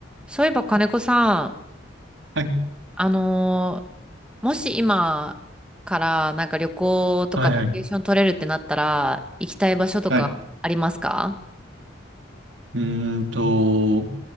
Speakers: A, in the centre; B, on the right.
A: そういえば金子さん、
B: はい、
A: あのーもし今からなんか旅行とかバケーション取れるってなったら、
B: はい、はい。
A: 行きたい場所とかありますか
B: はい。うーんと、